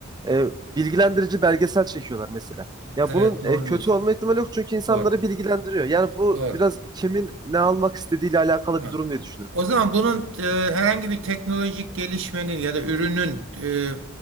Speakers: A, on the right; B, on the right.
A: e, bilgilendirici belgesel çekiyorlar mesela. Ya
B: Evet
A: bunun
B: doğru
A: e, kötü
B: diyorsun.
A: olma ihtimali yok çünkü insanları
B: Doğru.
A: bilgilendiriyor. Yani bu
B: Doğru.
A: biraz kimin ne almak istediğiyle alakalı
B: Tamam.
A: bir durum diye düşünüyorum.
B: O zaman bunun e, herhangi bir teknolojik gelişmenin ya da ürünün e,